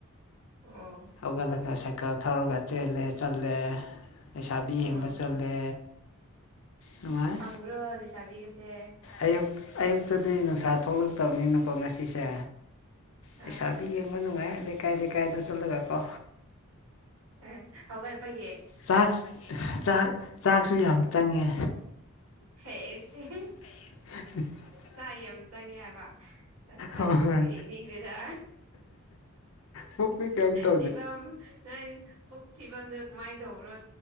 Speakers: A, on the right; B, on the left.
A: ꯑꯣ
B: ꯍꯧꯒꯠꯂꯒ ꯁꯦ ꯀ ꯊꯧꯔꯒ ꯆꯦꯜꯂꯦ ꯆꯠꯂꯦ ꯂꯩꯁꯥꯕꯤ
A: ꯑꯣ
B: ꯌꯦꯡꯕ ꯆꯠꯂꯦ ꯅꯨꯡꯉꯥꯏ
A: ꯄꯨꯔꯣ ꯆꯥꯕꯤꯀꯁꯦ
B: ꯑꯌꯨꯛ ꯑꯌꯨꯛꯇꯗꯤ ꯅꯨꯡꯁꯥ ꯊꯣꯛꯂꯛꯇꯕꯅꯤꯅꯀꯣ ꯉꯁꯤꯁꯦ
A: ꯑꯥ
B: ꯂꯩꯁꯥꯕꯤ ꯌꯦꯡꯕ ꯅꯨꯡꯉꯥꯏ ꯂꯩꯀꯥꯏ ꯂꯩꯀꯥꯏꯗ ꯆꯠꯂꯒ ꯀꯣ
A: ꯑꯦ ꯍꯧꯒꯠꯄꯒꯤ
B: ꯆꯥꯛꯁ ꯆꯥꯛ ꯆꯥꯛꯁꯨ ꯌꯥꯝ ꯆꯪꯉꯦ
A: ꯍꯦꯖ
B: ꯍꯥ
A: ꯆꯥꯛ ꯌꯥꯝ ꯆꯡꯉꯦ ꯍꯥꯏꯕ ꯑꯥꯁ ꯅꯪ
B: ꯍꯣꯏ
A: ꯄꯨꯛꯇꯣ
B: ꯍꯣꯏ
A: ꯌꯦꯟꯅꯤꯡꯒꯔ꯭ꯦꯗ
B: ꯄꯨꯛꯇꯤ ꯀꯩꯝꯇ
A: ꯐꯤꯕꯝ ꯅꯪ ꯄꯨꯛ ꯐꯤꯕꯝꯗꯨ ꯀꯃꯥꯏ ꯇꯧꯕ꯭ꯔꯣ